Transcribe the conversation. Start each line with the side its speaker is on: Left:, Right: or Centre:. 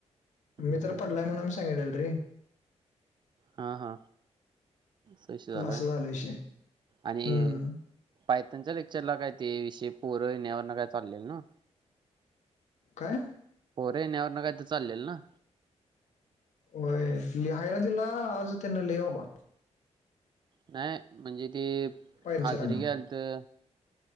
Left: मी
Right: बर
Left: तर पडलाय म्हणून आम्ही सांगितलेल रे
Right: हा हा सश झालंय
Left: असं झालं विषय
Right: आणि
Left: हम्म
Right: पाय त्यांांच्या लेक्चरला काय ते विषय पोरं येण्यावर काय चाललेल ना
Left: ओकय
Right: पोरे येण्यावर ना काही तर चाललेल ना
Left: वय.. लिहायला दिला आज त्यांना लय व बा
Right: नाही म्हणजे ते
Left: पाहिजे
Right: हजरीे
Left: सरांना
Right: घ्याल तर